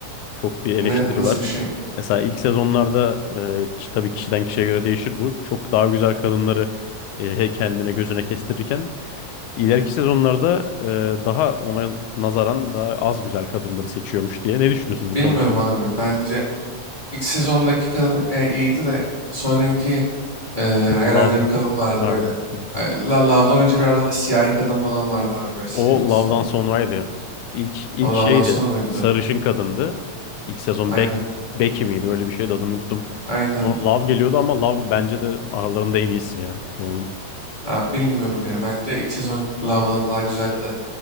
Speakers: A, on the left; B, on the left.
A: Çok bir eleştiri
B: Ne, nasıl
A: var.
B: bir şey?
A: Mesela ilk sezonlarda e, ki- tabii kişiden kişiye göre değişir bu. Çok daha güzel kadınları e, he- kendine gözüne kestirirken ileriki sezonlarda e, daha ona nazaran daha az güzel kadınları seçiyormuş diye. Ne düşünüyorsun bu
B: Bilmiyorum
A: konu hakkında?
B: abi. Bence İlk sezondaki kadın e, iyiydi de sonraki e, herhalde
A: Love
B: bir kadın vardı
A: vardı.
B: böyle.
A: Hı hı.
B: Ay, La Love'dan önce bir aralarında siyahi kadın falan vardı abi böyle siyahımsı
A: O Love'dan
B: falan.
A: sonraydı. ya. İlk ilk
B: O
A: şeydi.
B: Love'dan sonra mıydı
A: Sarışın
B: oluyordu?
A: kadındı. İlk sezon
B: Aynen.
A: Beck Becky miydi? Öyle bir şeydi adını unuttum.
B: Aynen.
A: Sonra Love geliyordu ama Love bence de aralarında en iyisi ya. Çoğunun.
B: Abi bilmiyorum ya. Bence ilk sezonki Love'dan daha güzeldi de.